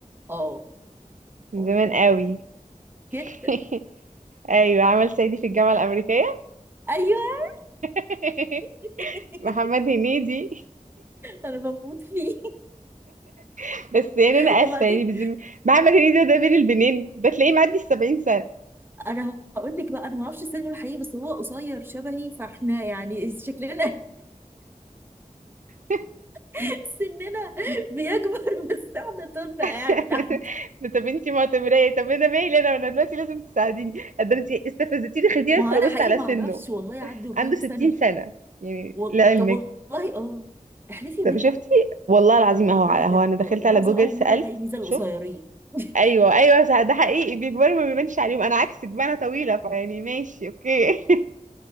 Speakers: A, on the right (about 15°); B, on the right (about 70°).
A: اه
B: من
A: اه
B: زمان قوي
A: جدا
B: <laughs> ايوه عمل صعيدي في الجامعة الأمريكية
A: ايوه
B: <laughs>
A: <laughs>
B: محمد هنيدي
A: انا بموت فيه
B: <laughs> بس يعني
A: <laughs>
B: انا اسفه
A: وبعدين
B: يعني بزم... محمد هنيدي ده بين البنين ده تلاقيه معدي السبعين سنه
A: انا هقول لك بقى انا ما اعرفش سنه الحقيقي بس هو قصير شبهي فاحنا يعني شكلنا
B: <laughs>
A: <laughs> سننا بيكبر بس احنا طولنا قاعد
B: <laughs>
A: تحت
B: طب انتي معتبراه ايه؟ طب انا مالي انا انا دلوقتي لازم تساعديني قد انتي استفزتيني خديني
A: ما
B: ادخل
A: هو انا
B: ابص
A: حقيقي
B: على
A: ما
B: سنه
A: اعرفش والله عنده كام
B: عنده 60
A: سنه
B: سنه يعني
A: وال...
B: لعلمك
A: طب والله اه احلفي
B: طب
A: بالله
B: شفتي والله العظيم
A: طب والله
B: اهو على اهو
A: يعني
B: انا دخلت
A: آه، والله
B: على
A: العظيم
B: جوجل
A: اول
B: سالت
A: مره الاقي ميزه القصيرين
B: شفت
A: <laughs>
B: ايوه ايوه صح، ده حقيقي بيكبروا ما بيبانش عليهم انا عكسك بقى انا طويله فيعني ماشي اوكي